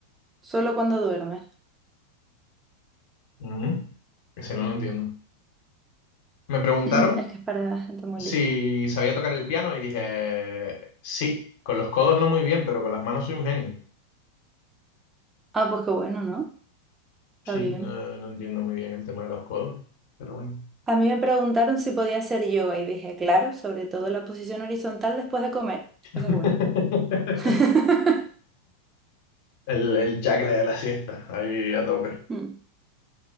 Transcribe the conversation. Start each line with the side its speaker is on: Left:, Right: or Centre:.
Right: Solo cuando duerme.
Left: "Ujú, Ese no lo entiendo. Me preguntaron
Right: <clears throat> Es que es para gente muy
Left: si
Right: lista.
Left: sabía tocar el piano y dije, sí, con los codos no muy bien, pero con las manos soy un genio.
Right: Ah, pues qué bueno, ¿no? Está
Left: Sí,
Right: bien.
Left: no, no entiendo muy bien el tema de los codos, pero bueno.
Right: A mí me preguntaron si podía hacer yoga y dije, claro, sobre todo la posición horizontal después de comer.
Left: <laughs>
Right: Eso es bueno. <laughs>
Left: El, el chakra de la siesta, ahí a tope.
Right: Mm,